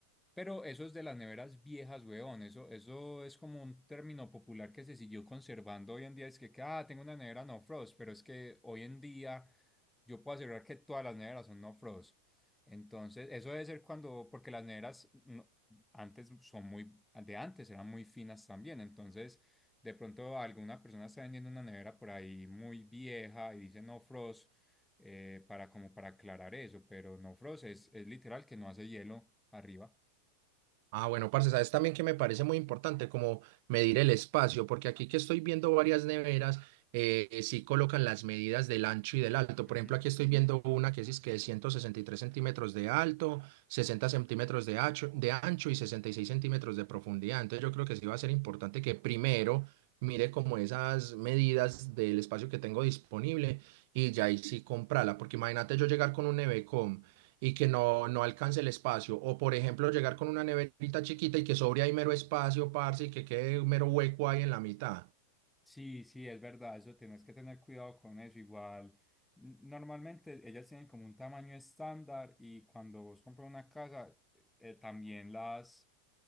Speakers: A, in the centre; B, on the right (about 50°).
A: Pero eso es de las neveras viejas, weón. Eso, eso es como un término popular que se siguió conservando hoy en día. Es que, que, ah, tengo una nevera no frost, pero es que hoy en día yo puedo asegurar que todas las neveras son no frost. Entonces, eso debe ser cuando, porque las neveras no- antes son muy, de antes eran muy finas también. Entonces, de pronto alguna persona está vendiendo una nevera por ahí muy vieja y dice no frost eh, para como para aclarar eso, pero no frost es, es literal que no hace hielo arriba.
B: Ah, bueno, parce, sabes también que me parece muy importante como medir el espacio, porque aquí que estoy viendo varias neveras, eh, sí colocan las medidas del ancho y del alto.
A: Ujú.
B: Por ejemplo, aquí estoy viendo una que es que de 163 centímetros de alto, 60 centímetros de ancho, de ancho y 66 centímetros de profundidad. Entonces yo creo que sí va a ser importante que primero mire como esas medidas del espacio que tengo disponible y ya ahí sí comprarla, porque imagínate yo llegar con un nevecom y que no, no alcance el espacio. O por ejemplo, llegar con una neverita chiquita y que sobre ahí mero espacio, parce, y que quede un mero hueco ahí en la mitad.
A: Sí, sí, es verdad, eso tenés que tener cuidado con eso. Igual, n- normalmente ellas tienen como un tamaño estándar y cuando vos compras una casa, eh, también las,